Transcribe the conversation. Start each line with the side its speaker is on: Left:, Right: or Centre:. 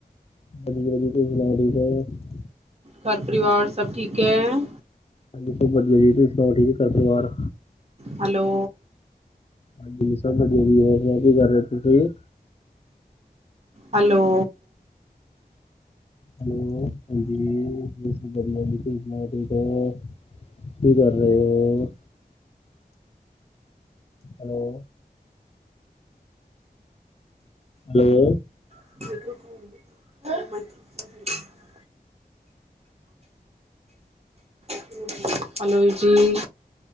Left: <unintelligible>
Right: ਘਰ ਪਰਿਵਾਰ, ਸਭ ਠੀਕ ਹੈ?
Left: ਹਾਂਜੀ ਜੀ ਸਭ ਵਧੀਆ ਜੀ, ਤੁਸੀਂ ਸੁਣਾਓ, ਠੀਕ ਹੈ ਘਰ ਪਰਿਵਾਰ?
Right: ਹੈਲੋ।
Left: ਹਾਂਜੀ ਸਭ ਵਧੀਆ, <inaudible> ਵੀ ਵੀ ਕਰ ਰਹੇ ਤੁਸੀਂ।
Right: ਹੈਲੋ।
Left: ਹੈਲੋ, ਹਾਂਜੀ। ਬਸ ਵਧੀਆ ਜੀ ਤੁਸੀਂ ਸੁਣਾਓ ਠੀਕ ਹੋ, ਕੀ ਕਰ ਰਹੇ ਹੋ? ਹੈਲੋ। ਹੈਲੋ।
Right: <unintelligible> <unintelligible> <unintelligible> ਹਾਲੋ ਜੀ